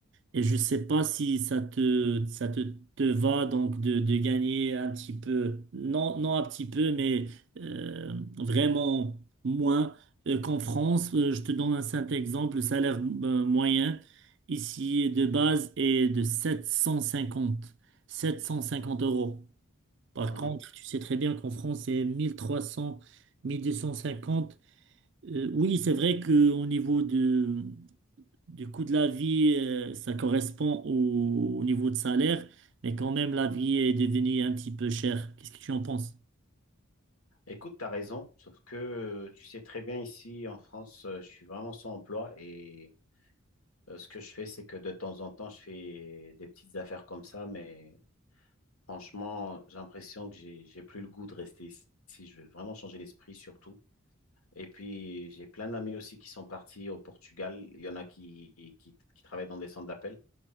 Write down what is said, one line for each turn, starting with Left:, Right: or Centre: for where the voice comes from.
Right: Et je sais pas si ça te, ça te, te va donc de, de gagner un petit peu, non, non un petit peu, mais euh, vraiment moins euh, qu'en France. Euh, je te donne un simple exemple, le salaire euh, moyen ici de base est de 750, 750 euros. Par
Left: mhm.
Right: contre, tu sais très bien qu'en France, c'est 1300, 1250. Euh, oui, c'est vrai qu'au niveau de, du coût de la vie, euh, ça correspond au, au niveau de salaire, mais quand même, la vie est devenue un petit peu chère. Qu'est-ce que tu en penses?
Left: Écoute, tu as raison, sauf que euh, tu sais très bien ici en France, euh, je suis vraiment sans emploi et Euh, ce que je fais, c'est que de temps en temps, je fais des petites affaires comme ça, mais franchement, j'ai l'impression que j'ai, j'ai plus le goût de rester ici. Si Je veux vraiment changer l'esprit surtout. Et puis, j'ai plein d'amis aussi qui sont partis au Portugal. Il y en a qui, qui, qui travaillent dans des centres d'appel.